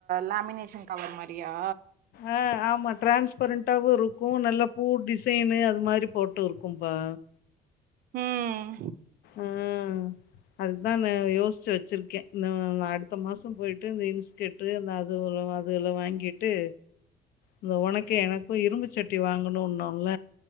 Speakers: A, on the right (about 60°); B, on the left (about 65°).
A: லேமினேஷன் கவர் மாரியா
B: ஆ ஆமா டிரான்ஸ் பரண்டாவு இருக்கு நல்லா பூ டிசைனு அதுமாரி போட்டு இருக்கும்பா
A: ம்
B: ம் அதுதா நா யோஸ்ச்சு வச்சிருக்கே இந்த அடுத்த மாசோ போயிட்டு இந்த இன்ஸ்கர்ட் ட்டு அந்த அது அது எல்லா வாங்கிட்டு இந்த உனக்கு எனக்கு இரும்பு சட்டி வாங்கணும்னோல